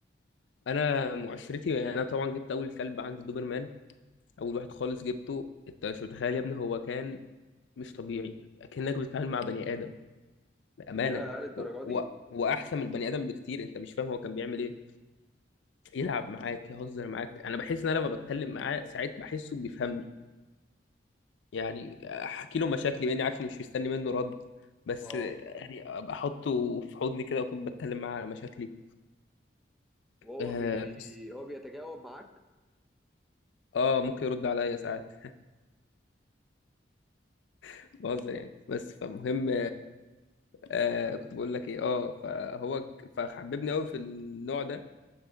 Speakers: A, on the left; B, in the centre.
A: انا معشرتي انا طبعا جبت اول كلب عندي دوبرمان اول واحد خالص جبته انت مش متخيل يا ابني هو كان مش طبيعي اكنك بتتعامل مع بني ادم بامانه
B: يا للدرجه
A: و... و...
B: دي
A: واحسن من البني ادم بكتير انت مش فاهم هو كان بيعمل ايه يلعب
B: اه
A: معاك يهزر معاك انا بحس ان انا لما بتكلم معاه ساعات بحسه بيفهمني يعني احكي له مشاكلي باني عارف اني مش مستني منه رد بس
B: اه
A: يعني ابقى احطه في حضني كده واكون بتكلم معاه على مشاكلي
B: وهو
A: اه,
B: بي
A: بس...
B: هو بيتجاوب معاك
A: آه ممكن يرد عليا ساعات <laughs> بهزر يعني بس فمهم
B: اه
A: آه كنت بقول لك ايه اه فهو ك- فحببني قوي في النوع ده